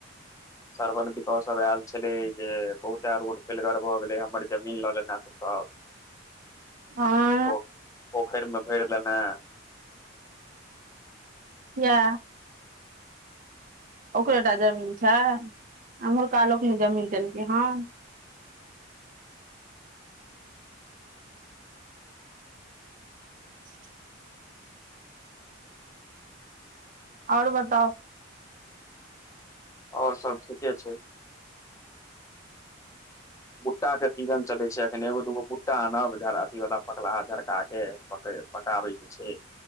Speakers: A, on the left (about 15°); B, on the right (about 40°).
A: सणिक सब आयल छले जे बहुते रोड फेलगर भऽ गेले हमर जमीन लऽ ले सब
B: हँ
A: ओ पोखरिमे भैर ल ने
B: किये ओकरेटा जमीन छै अम्हुरका लोकनै जमीन देलकै हन <inaudible> आओर बताउ
A: आओर सब ठीके छै भुट्टा के सीजन चले छै एखन एगो दूगो भुट्टा आनब अथी वालला पकला झरका के पकाबे छै छै